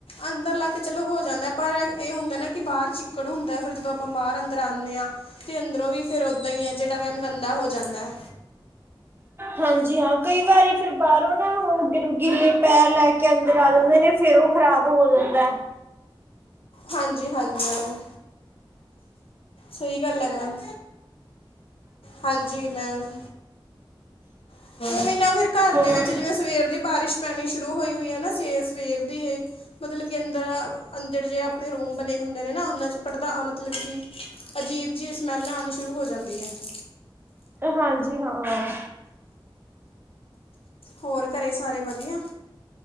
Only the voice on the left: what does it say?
ਅੰਦਰ ਲਾ ਤੇ ਚਲੋ ਹੋ ਜਾਂਦਾ ਹੈ ਪਰ ਇਹ ਹੁੰਦਾ ਨਾ ਕਿ ਬਾਹਰ ਚਿੱਕੜ ਹੁੰਦਾ ਫਿਰ ਜਦੋਂ ਆਪਾਂ ਬਾਹਰ ਅੰਦਰ ਆਨੇ ਆ ਤੇ ਅੰਦਰੋਂ ਵੀ ਫੇਰ ਓਦਾਂ ਹੀ ਹੈ। ਜਿਹੜਾ ਮੈਮ ਗੰਦਾ ਹੋ ਜਾਂਦਾ ਹੈ।
ਹਾਂਜੀ- ਹਾਂਜੀ ਮੈਡਮ ਸਹੀ ਗੱਲ ਹੈ। ਮੈਮ ਹਾਂਜੀ ਮੈਮ। <unintelligible> ਵੀ ਨਾ ਫਿਰ ਘਰ
ਦੇ ਵਿੱਚ ਜਿਵੇਂ ਸਵੇਰ ਦੀ ਬਾਰਿਸ਼ ਪੈਣੀ ਸ਼ੁਰੂ ਹੋਈ ਹੋਈ ਏ ਨਾ। ਸਵੇਰ ਸਵੇਰ ਦੀ ਇਹ ਮਤਲਬ ਕਿ ਅੰਦਰ <unintelligible> ਅੰਦੜ ਜੇ ਆਪਣੇ ਰੂਮ ਬਣੇ ਹੁੰਦੇ ਨੇ। ਨਾ ਉਹਨਾਂ ਚ ਪੜਦਾ ਮਤਲਬ ਕਿ? ਅਜੀਬ ਜੀ‌ ਸਮੈਲ ਆਉਣੀ ਸ਼ੁਰੂ ਹੋ ਜਾਂਦੀ ਹੈ। <inaudible>
ਹੋਰ ਘਰੇ ਸਾਰੇ ਵਧੀਆ।